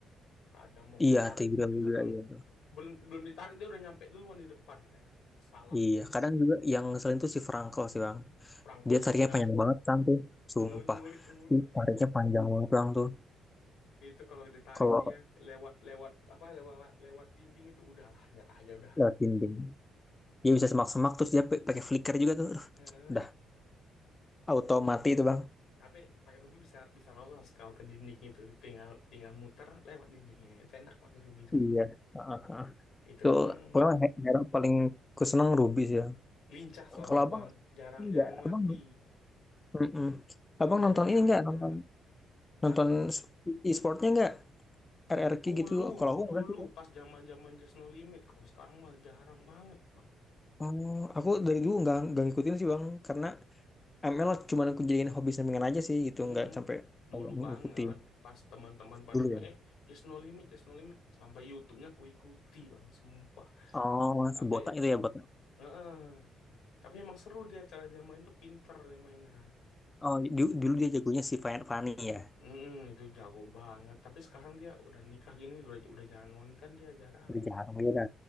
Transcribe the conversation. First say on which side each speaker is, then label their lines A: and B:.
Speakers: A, on the left; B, on the left.
A: Kadang mau ku
B: Iya,
A: tarik,
B: Tigra juga
A: kadang
B: iya.
A: belum belum ditarik dia udah nyampe duluan di depan kan. Salah.
B: Iya, kadang juga yang selain itu si Frankel sih Bang.
A: Franco
B: Dia
A: juga
B: tariknya panjang banget kan tuh, sumpah.
A: <laughs> nyulik mulu.
B: Dia
A: ya.
B: tariknya panjang banget Bang tuh.
A: Itu kalau ditarik
B: Kalau
A: dia lewat lewat apa lewat lewat dinding itu udahlah nyerah aja udah.
B: lewat dinding, dia bisa semak-semak terus dia pa- pakai flicker juga tuh. Aduh,
A: Heeh.
B: Udah, auto mati itu Bang.
A: Tapi pakai rubi bisa bisa lolos kalau ke dinding itu tinggal tinggal muter lewat dindingnya itu enak pakai rubi Mas.
B: Iya. Heeh, heeh.
A: Itu
B: Tuh,
A: doang
B: pokoknya he- hero paling ku seneng Ruby sih. Bang.
A: lincah soalnya
B: Kalau abang
A: Bang jarang
B: enggak,
A: jarang
B: abang
A: mati
B: Mm-mm.
A: ngejar
B: Abang nonton
A: orang
B: ini nggak
A: enak.
B: nonton nonton
A: Hah?
B: e-sportnya nggak R R RRQ
A: Dulu,
B: gitu kalau aku
A: dulu
B: nggak sih bang
A: pas zaman-zaman Just No Limit. Kalau sekarang mah jarang banget, Bang.
B: oh, aku dari dulu nggak nggak ngikutin sih bang karena M L cuma aku jadiin hobi sampingan aja sih gitu
A: Mm-mm.
B: nggak sampai kayak
A: Dulu banget
B: ngikutin
A: pas teman-teman pada
B: dulu
A: bilang
B: ya
A: eh just no limit just no limit sampai YouTube-nya ku ikuti bang sumpah
B: oh
A: tapi
B: si botak itu ya botak
A: eh tapi emang seru dia cara dia main tuh pinter dia mainnya
B: oh du- dulu dia jagonya si Fan- Fanny ya
A: Mm-mm, itu jago banget tapi sekarang dia udah nikah gini udah udah jarang konten dia jarang
B: udah jarang beda